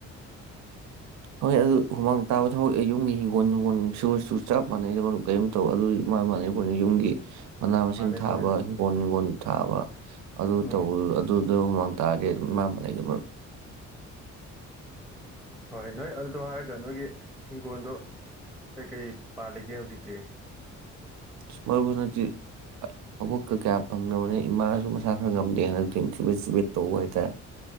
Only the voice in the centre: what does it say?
ꯃꯅꯤꯄꯨꯔꯅꯤ
ꯎꯝ
ꯍꯣꯏ ꯅꯣꯏ ꯑꯗꯨꯗꯣ ꯍꯥꯏꯔꯒ ꯅꯣꯏꯒꯤ ꯍꯤꯡꯒꯣꯟꯗꯣ ꯀꯩꯀꯩ ꯄꯥꯜꯂꯤꯒꯦ ꯍꯧꯖꯤꯛꯇꯤ